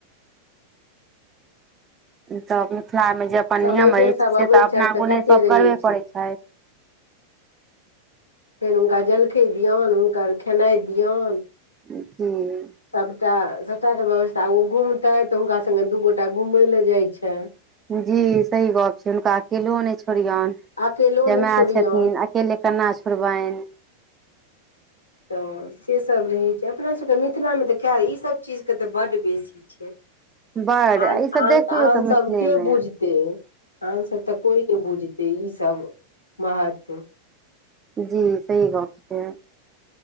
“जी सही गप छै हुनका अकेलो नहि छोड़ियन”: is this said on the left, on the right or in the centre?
Right